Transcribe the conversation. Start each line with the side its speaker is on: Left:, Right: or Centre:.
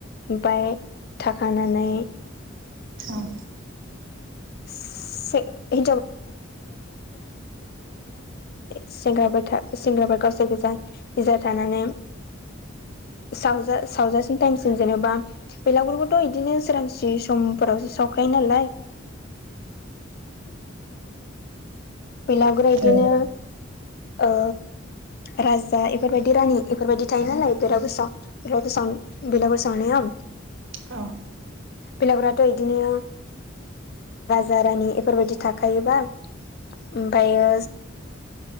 Left: ओमफाय थाखानानै
Right: औ
Left: <unintelligible> माने सेंग्राफोर सेंग्राफोर गावसोर गोजा गो थानानै सावजा सावजासिन टाइमसिम जेनेबा बेलागुरखौथ' बिदिनो सोरांसि समफोरावसो सावखायो नालाय बेलागुरा इदिनो
Right: ओ
Left: ओ राजा इफोरबायदि रानि बेफोरबायदि थायो नालाय बिराद गोसोआव बेलागुर सावना बिलागुर सावनाया
Right: औ
Left: भिलागनराथ' बिदिनो राजा रानि बेफोरबायदि थाखायोबा ओमफायो